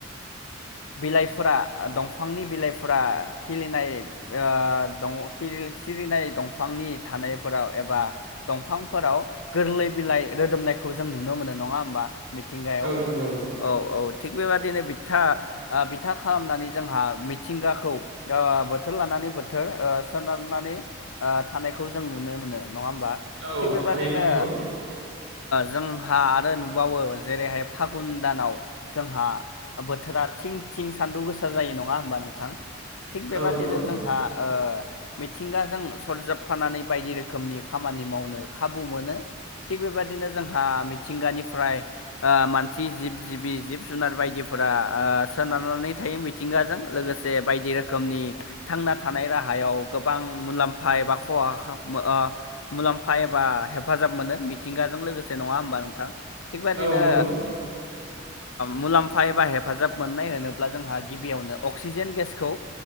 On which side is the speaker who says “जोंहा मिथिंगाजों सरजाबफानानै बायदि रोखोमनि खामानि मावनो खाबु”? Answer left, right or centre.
Left